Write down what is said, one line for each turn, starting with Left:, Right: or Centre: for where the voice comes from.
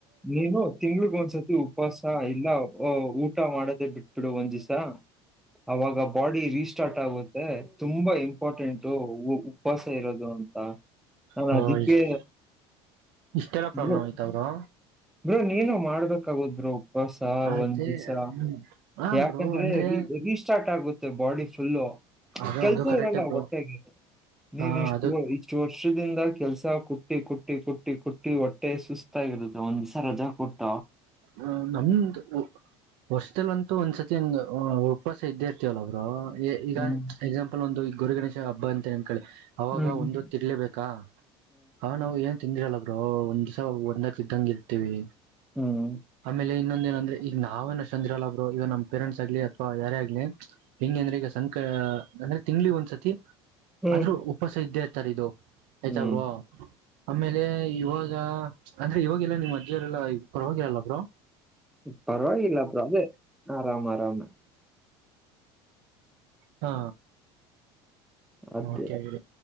Centre: ನೀನು ತಿಂಗಳಗೊಂದ್ಸತಿ ಉಪವಾಸ ಇಲ್ಲ ಊಟ ಮಾಡದೇ ಬಿಟ್ಬಿಡು ಒಂದ್ ದಿಸ ಅವಾಗ ಬಾಡಿ ರೀಸ್ಟಾರ್ಟ್ ಆಗುತ್ತೆ ತುಂಬಾ ಇಂಪಾರ್ಟೆಂಟು ಉಪವಾಸ ಇರೋದು ಅಂತ ನಾನು
Right: ಹ
Centre: ಅದಕ್ಕೆ
Right: ಇಷ್ಟ್ ಇಷ್ಟೆಲ್ಲ ಪ್ರಾಬ್ಲಮ್
Centre: ಬ್ರೋ
Right: ಆಯ್ತ ಬ್ರೊ.
Centre: ಬ್ರೋ ನೀನು ಮಾಡ್ಬೇಕಾಗುತ್ ಬ್ರೊ. ಹೊಸ <unintelligible>
Right: ಅದೇ
Centre: ಸರ
Right: ಹ್ಮ್ ಹ
Centre: ಯಾಕಂದ್ರೆ
Right: ಬ್ರೋ ಅಂದ್ರೆ
Centre: ಅಲ್ಲಿ ಹೆವಿ ಸ್ಟಾರ್ಟ್ ಆಗ್. ಗೋತ್ತಿಲ್ಲ ಬಾಡಿ ಫುಲ್ಲು.
Right: ಅದು
Centre: ಕೆಲ್ಸ
Right: ಅದು ಕರೆಕ್ಟ್
Centre: ಇರಲ್ಲ
Right: ಬ್ರೋ
Centre: ಒಟ್ಟಾಗಿ ನೀನ್
Right: ಹ
Centre: ಇಷ್ಟು
Right: ಅದು
Centre: ಇಷ್ಟು ವರ್ಷದ್. ದಿಂದ ಕೆಲ್ಸ ಕುಟ್ಟಿ ಕುಟ್ಟಿ ಕುಟ್ಟಿ ಕುಟ್ಟಿ ಹೊಟ್ಟೆ ಸುಸ್ತ್ ಆಗಿರುತೆ ಒಂದಿಸಾ ರಜಾ ಕೊಟ್ಟ.
Right: ಹ ನಮ್ದ. ವರ್ಷದಲ್ಲಂತೂ ಒಂದ್ಸತಿ ಅಂಗ್ ಉ ಉಪವಾಸ ಇದ್ದೇ ಇರ್ತಿವಲ್ಲ ಬ್ರೊ. ಏ ಈಗ
Centre: ಹ್ಮ್
Right: ಎಕ್ಸಾಂಪಲ್ ಒಂದು ಈ ಗೌರಿ ಗಣೇಶ್. ಆ ಹಬ್ಬ ಅಂತೇನ. ಕಳೆ ಅವಾಗ
Centre: ಹ್ಮ್
Right: ಒಂದು ಹೊತ್ತಿರ್ಲೇಬೇಕಾ ಅವ ನಾವು ಏನ್. ತಿಂದಿರಲ್ಲ ಬ್ರೊ ಒಂದಿಸಾ ಒಂದಕ್ ಇದ್ದಂಗ ಇರ್ತಿವಿ.
Centre: ಹ್ಮ್
Right: ಆಮೇಲೆ ಇನ್ನ. ದಿನೊಂದ್ರೆ ಈಗ ನಾವೇನ ಅಷ್ಟೊಂದ್ ಇರಲ್ಲ ಬ್ರೊ ಈಗ ನಮ್ ಪೇರೆಂಟ್ಸ್ ಆಗ್ಲಿ ಅಥ್ವಾ ಯಾರೇ ಆಗ್ಲಿ ಹೆಂಗೆ ಅಂದ್ರೆ ಈಗ ಸಂಕ ಅಂದ್ರೆ ತಿಂಗ್ಳಿಗೆ ಒಂದ್ಸತಿ.
Centre: ಹ್ಮ್
Right: ಆದ್ರೂ ಉಪವಾಸ ಇದ್ದೇರ್. ತರಿದು. <unintelligible>
Centre: ಹ್ಮ್
Right: ಬ್ರೊ ಆಮೇಲೆ ಇವಾಗ ಚ ಅಂದ್ರೆ ಇವಾಗಿಲ್ಲ ನಿಮ್ಮ್ ಅಜ್ಜಿಯವರೆಲ್ಲ ಪರವಾಗಿರಲ್ಲ. ಬ್ರೊ
Centre: ಪರವಾಗಿಲ್ಲ ಬ್ರೊ ಅದೆ ಆರಾಮ ಆರಾಮ.
Right: ಹಾ
Centre: ಅದೇ
Right: ಓಕೆ